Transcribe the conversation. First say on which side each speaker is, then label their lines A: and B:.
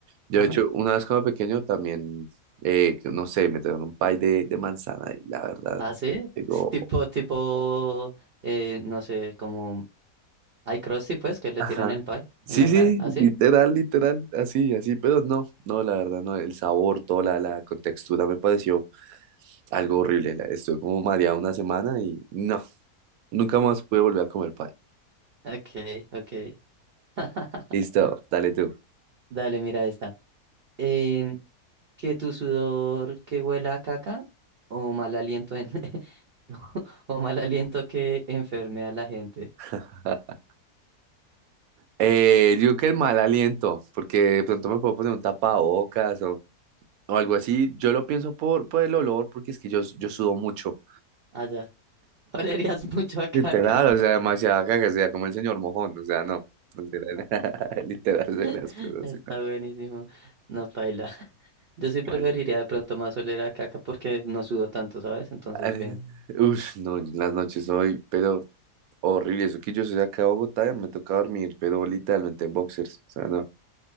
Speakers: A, on the right; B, on the right.
A: Yo
B: Ajá.
A: de hecho, una vez cuando pequeño también, eh, no sé, me trajeron un pie de, de manzana y la verdad,
B: Ah, sí,
A: digo,
B: es tipo, tipo, eh, no sé, como hay crusty, pues, que le
A: ajá.
B: tiran el pie
A: Sí,
B: en la
A: sí,
B: cara, así.
A: literal, literal, así, así, pero no, no, la verdad, no, el sabor, toda la, la contextura me pareció algo horrible. la- estuve como mareado una semana y no, nunca más pude volver a comer pie.
B: Okay, okay. <laughs>
A: Listo, dale tú.
B: Dale, mira esta. Em, que tu sudor que huela a caca o mal aliento en... <laughs> o mal aliento que enferme a la gente.
A: <laughs> Eh, digo que el mal aliento, porque de pronto me puedo poner un tapabocas o, o algo así. Yo lo pienso por, por el olor, porque es que yo, yo sudo mucho.
B: Allá. Olerías mucho a caca.
A: Literal, o sea, demasiada caga, o sea, como el señor mojón, o sea, no. Literal, <laughs> literal de
B: <laughs>
A: las cosas.
B: Está
A: así, ¿no?
B: buenísimo. No, paila. Yo sí preferiría
A: Bueno.
B: de pronto más oler a caca porque no sudo tanto, ¿sabes? Entonces,
A: Eh,
B: bien.
A: Uf, no, las noches hoy, pero horrible. Eso que yo soy de acá de Bogotá, y me toca dormir, pero literalmente en boxers, o sea, no.